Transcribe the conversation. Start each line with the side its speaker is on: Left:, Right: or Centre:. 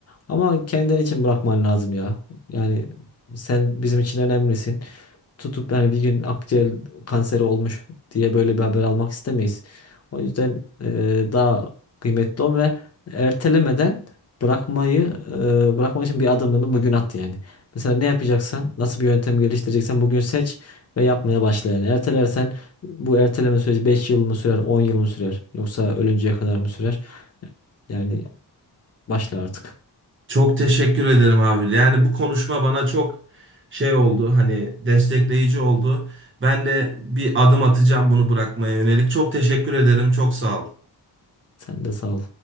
Left: Ama kendin için bırakman lazım ya. Yani sen bizim için önemlisin. Tutup yani bir gün akciğer kanseri olmuş diye böyle bir haber almak istemeyiz. O yüzden e, daha kıymetli ol ve ertelemeden bırakmayı e, bırakmak için bir adımını bugün at yani. Mesela ne yapacaksan, nasıl bir yöntem geliştireceksen bugün seç ve yapmaya başla yani. Ertelersen bu erteleme süreci 5 yıl mı sürer, 10 yıl mı sürer yoksa ölünceye kadar mı sürer? Yani başla artık.
Right: Çok teşekkür ederim abi. Yani bu konuşma bana çok şey oldu. Hani destekleyici oldu. Ben de bir adım atacağım bunu bırakmaya yönelik. Çok teşekkür ederim. Çok sağ ol.
Left: Sen de sağ ol.